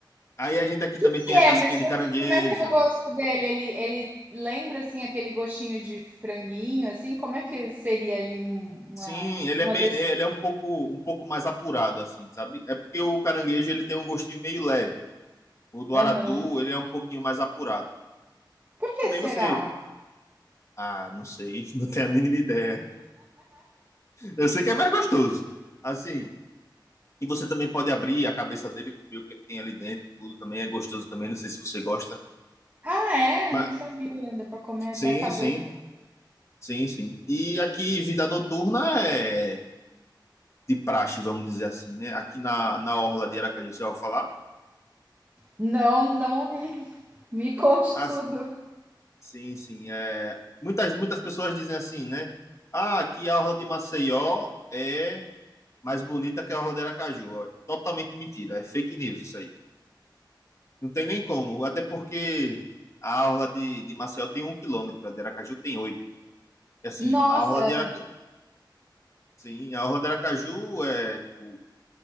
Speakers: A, on the left; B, on the right.
A: Aí a gente aqui
B: O que,
A: também tem
B: que
A: a
B: é?
A: casquinha
B: Mas
A: de
B: qual
A: caranguejo.
B: que- como é que é o gosto dele? Ele, ele lembra assim aquele gostinho de franguinho, assim? Como é que seria ali um- uma
A: Sim, ele
B: uma
A: é bem,
B: das?
A: ele é um pouco, um pouco mais apurado assim, sabe? É porque o caranguejo ele tem um gostinho meio leve. O do
B: Aham.
A: aratu, ele é um pouquinho mais apurado.
B: Por que
A: Também
B: será?
A: você, ah, não sei, <laughs> não tenho a mínima ideia. Eu sei que é mais gostoso. Assim, e você também pode abrir a cabeça dele, comer o que tem ali dentro, tudo também é gostoso também, não sei se você gosta.
B: Ah, é?
A: Mas
B: Não sabia. ainda para comer
A: sim,
B: até a cabeça.
A: sim. Sim, sim. E aqui, vida noturna é de praxe, vamos dizer assim, né? Aqui na, na Orla de Aracaju, você vai falar?
B: Não, não vi. Me conte
A: Ah,
B: tudo.
A: s- sim, sim. É... Muitas, muitas pessoas dizem assim, né? Ah, aqui a Orla de Maceió é mais bonita que a Orla de Aracaju. Ó, Totalmente mentira, é fake news isso aí. Não tem nem como, até porque a Orla de, de Maceió tem um quilômetro, a de Aracaju tem oito. E assim,
B: Nossa,
A: a Orla de Aracaju... Sim, a Orla de Aracaju é, tipo,